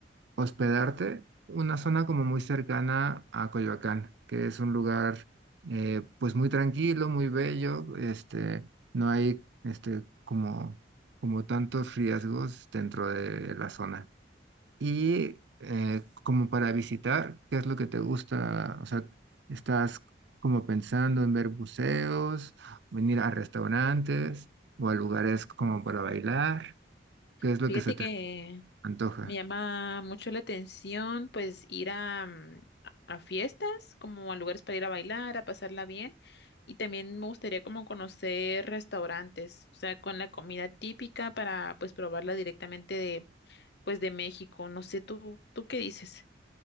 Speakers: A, on the right; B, on the left.
A: hospedarte, una zona como muy cercana a Coyoacán, que es un lugar, eh, pues muy tranquilo, muy bello. Este, no hay, este, como, como tantos riesgos dentro de la zona. Y eh, como para visitar, ¿qué es lo que te gusta? O sea, ¿estás como pensando en ver buceos, o en ir a restaurantes o a lugares como
B: Mm.
A: para bailar? ¿Qué es
B: Fíjate
A: lo que se te
B: que
A: antoja?
B: me llama mucho la atención, pues, ir a, mm, a fiestas, como a lugares para ir a bailar, a pasarla bien. Y también me gustaría como conocer restaurantes, o sea, con la comida típica para, pues, probarla directamente de pues de México. No sé, ¿tú, tú qué dices?